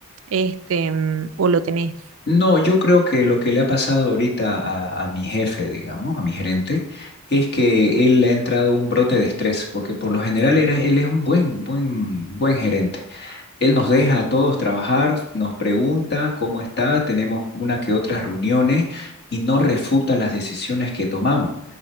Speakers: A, on the right (about 65°); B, on the left (about 45°).
A: este, mm, o lo tenés.
B: No, yo creo que lo que le ha pasado ahorita a, a mi jefe, digamos, a mi gerente, es que él le ha entrado un brote de estrés, porque por lo general era- él es un buen, buen, buen gerente. Él nos deja a todos trabajar, nos pregunta cómo está, tenemos una que otras reuniones y no refuta las decisiones que tomamos.